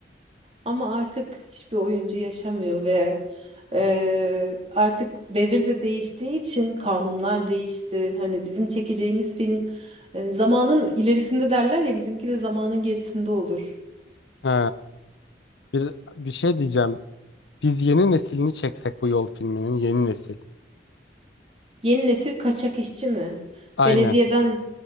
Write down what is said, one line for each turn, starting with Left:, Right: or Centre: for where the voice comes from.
Right: Ama artık hiçbir oyuncu yaşamıyor ve eee, artık devir de değiştiği için kanunlar değişti. Hani bizim çekeceğimiz film e, zamanın ilerisinde derler ya bizimki de zamanın gerisinde olur.
Left: He. Bir bir şey diyeceğim. Biz yeni neslini çeksek bu yol filminin yeni nesil.
Right: Yeni nesil kaçak işçi mi?
Left: Aynen.
Right: Belediyeden